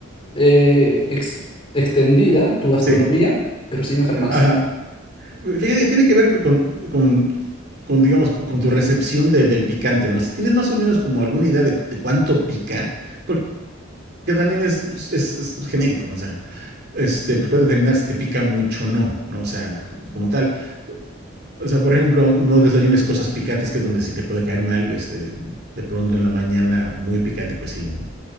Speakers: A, on the left; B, on the right.
A: eh, ex- extendida, tu gastronomía,
B: sí. sí. sí.
A: pero sin enfermarse.
B: Ajá. Fíjate que tiene que ver co- con, con- con, digamos, con, con tu recepción de- del picante, ¿no? Si tienes más o menos como alguna idea de, de cuánto pica, porque también es, es- es genérico, ¿no? O sea, este, pues puede determinar si te pica mucho o no, ¿no? O sea, co- como tal. O sea, por ejemplo, no desayunes cosas picantes, que es donde sí te puede caer mal, este, de pronto en la mañana muy picante, pues sí, ¿no?